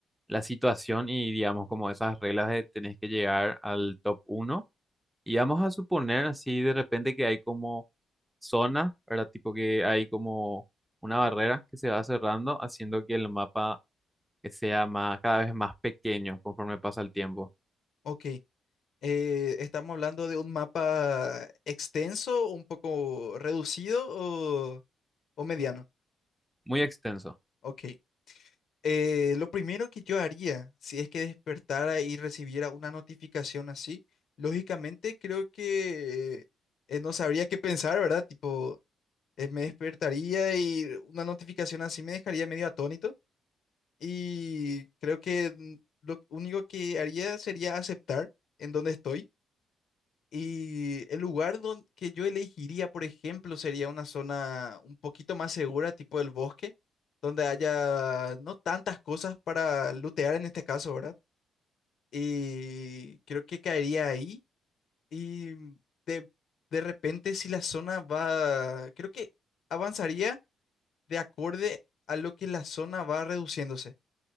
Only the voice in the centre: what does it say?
la situación y digamos como esas reglas de tenés que llegar al top uno Y vamos a suponer así de repente que hay como zonas, ¿verdad? Tipo que hay como una barrera que se va cerrando, haciendo que el mapa sea más, cada vez más pequeño conforme pasa el tiempo.
Muy extenso.